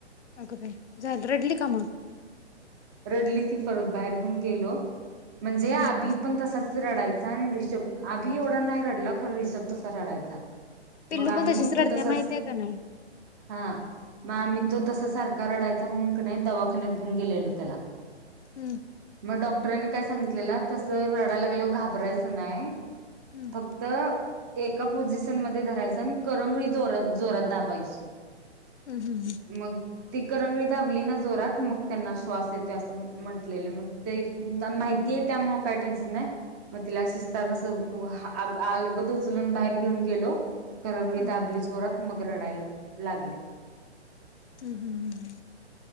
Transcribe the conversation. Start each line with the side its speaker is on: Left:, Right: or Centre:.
Left: अग बाई, झालं रडली का मग?
Right: रडली की परत बाहेर घेऊन गेलो म्हणजे आधी
Left: हम्म
Right: पण तसाच रडायचा आणि रिषभ आभी एवढा नाही रडला खरं रिषभ तसा रडायचा.
Left: पिल्लू
Right: मग आम्ही
Left: पण तशीच रडत्या
Right: तो तसाच
Left: माहिती आहे का नाही?
Right: हा मग आम्ही
Left: हम्म.
Right: तो तसा सारख रडायचा म्हणून की नाही दवाखान्यात घेऊन गेलेलो त्याला.
Left: हम्म
Right: मग डॉक्टरांनी काय सांगितलेलं तस रडायला लागेल घाबरायचं नाही
Left: हम्म
Right: फक्त एका पोझिशन मध्ये धरायच आणि करंगळीोर <unintelligible> जोरात दाबायची
Left: हम् हम हम्.
Right: मग ती करंगडी दाबली ना जोरात मग त्यांना श्वास अस म्हटलेले मग ते माहिती आहे त्यामुळे काय टेन्शन नाही. मग तिला शिस्तात असं अलगद उचलून बाहेर घेऊन गेलो करंगळी
Left: हम्म
Right: दाबली जोरात मग रडायला लागली
Left: हम् हम् हम् हम.